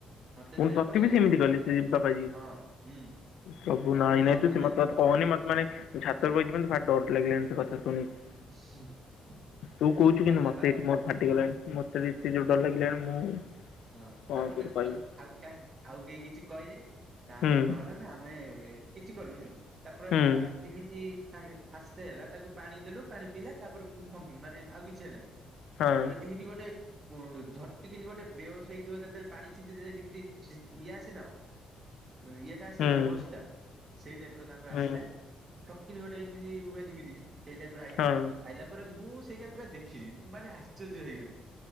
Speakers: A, on the right; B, on the left.
A: ମତେ
B: ପୁଣି
A: ଯେତେବେଳେ
B: ତୋତେ
A: କହିଲେ
B: ବି ସେମିତି
A: ତାପରେ
B: କଲେ ସେ ବାବାଜୀ
A: ହଁ ହୁଁ
B: ସବୁ
A: ତାପରେ
B: ନାଇଁ
A: ମୁଁ
B: ନାଇଁ
A: ଆଉ
B: ତୁ
A: ଆମେ
B: ସେ କଥା
A: ଆଉ
B: କହନି
A: ଆମେ
B: ମତେ ମାନେ ଛାତଉପରେ <unintelligible> ବଇଚି <unintelligible> ଭାରି ଡ଼ର ଲାଗିଲାଣି ତୋ କଥା ଶୁଣିି କି?
A: <unintelligible>
B: ତୁ କହୁଛୁ
A: ହେଲା
B: କିନ୍ତୁ
A: ତାପ
B: ମତେ ଏଠି ମୋର ଫାଟିଗଲାଣି ମତେ ଏତେ ଯୋରରେ
A: ହଁ
B: ଡ଼ର ଲାଗିଲାଣି ମୁଁ
A: ହଁ
B: କଣ
A: ତାପରେ
B: ତୋତେ କହିବି
A: ଆଉ ଆଉ କାହା ଆଉ କେହି କିଛି କହିଲେନି ତାପରେ
B: ହୁଁ
A: କଣ ହେଲା ନା! ଆମେ କିଛି କଲୁନି ତାପରେ
B: ହୁଁ
A: ବା <unintelligible> ଯେମିତି <unintelligible> ଆସ୍ତେ ହେଲା ତାକୁ ପାଣି ଦେଲୁ ପାଣି ପିଇଲା ତାପରେ ମାନେ ଆଉ କିଛି ହେଲାନି।
B: ହଁ
A: ତାପରେ ଯେମିତି ଗୋଟେ ଉ <unintelligible> ଝଟ୍ କି ଣି ଗୋଟେ <unintelligible> ଯେତେବେଳେ ପାଣି ଛି ଚି ଦେଲେ ଯିମିତି <unintelligible> <unintelligible> ଆସେ
B: ହୁଁ
A: ନା ହୋସ ଟା ସେଇ ଟାଇପ୍ ର ତାଙ୍କର
B: ହୁଁ
A: ଆସିଲା। ଠକ୍ <unintelligible> ନି ଗୋଟେ ଏମିତି ହୁଏ ଯିମିତି ସେଇ ଟାଇପ ଆଇଲା
B: ହଁ
A: ଆଇ ମୁଁ ସେଇଟା ପୁରା ଦେଖିଲି ମୁଁ ମାନେ ଆଶ୍ଚର୍ଯ୍ୟ ହେଇଗଲି